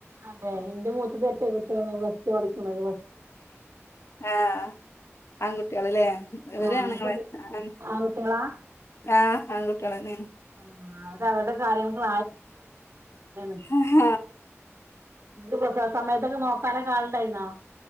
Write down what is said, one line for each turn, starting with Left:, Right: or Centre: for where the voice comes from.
Right: അതെ എന്റെ മൂത്തത് ഇരട്ട കുട്ടികളാണ് പ്ലസ്‌ ടു പടിക്കുന്നത്
Left: ആഹ് ആൺകുട്ടികളല്ലേ ഇവര്
Right: ആഹ് അങ്ങക്ക്
Left: ആണുങ്ങളെ ആ
Right: ആൺകുട്ടികളാ
Left: ആഹ് ആൺകുട്ടികളന്നെ
Right: ആ അവര അവരുടെ സാധനങ്ങൾ <unintelligible>
Left: ആഹ
Right: നിക്ക് പ്രസവ സമയത്തൊക്കെ നോക്കാനൊക്കെ ആളുണ്ടായിരുന്നോ